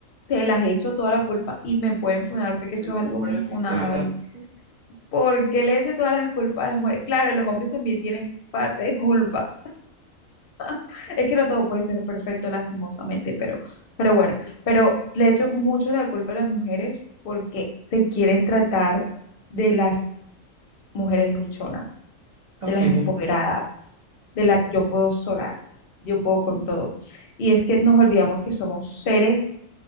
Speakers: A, on the left; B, on the right.
A: Te las echo toda la culpa y me pueden funar porque esto
B: Eso
A: es algo
B: me parece
A: muy
B: muy
A: funable.
B: interesante.
A: ¿Por qué le echo todas las culpas a las mujeres? Claro, los hombres también tienen parte de culpa. <laughs> Es que no todo puede ser perfecto, lastimosamente, pero, pero bueno, pero le echo mucho la culpa a las mujeres porque se quieren tratar de las mujeres luchonas.
B: Ok,
A: de las empoderadas, de la yo puedo sola, yo puedo con todo. Y es que nos olvidamos que somos seres